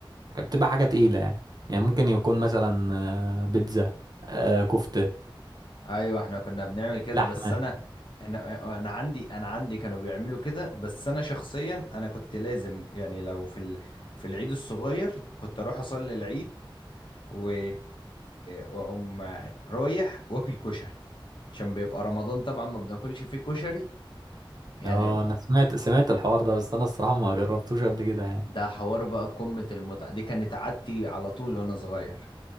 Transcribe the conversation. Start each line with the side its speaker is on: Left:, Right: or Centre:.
Right: بتبقى حاجة تقيلة يعني يعني ممكن يكون مثلا آه، بيتزا آه، كفتة
Left: ايوه احنا كنا بنعمل كده
Right: لحمة
Left: بس انا احنا انا عندي انا عندي كانوا بيعملوا كده بس انا شخصيا انا كنت لازم يعني لو في ال... في العيد الصغير كنت اروح اصلي العيد و... واقوم رايح واكل كشري عشان بيبقى رمضان طبعا ما بناكلش فيه كشري يعني
Right: اه انا سمعت سمعت الحوار ده بس انا الصراحة ما جربتوش قبل كده يعني
Left: ده حوار بقى قمة المتعة دي كانت عادتي على طول وانا صغير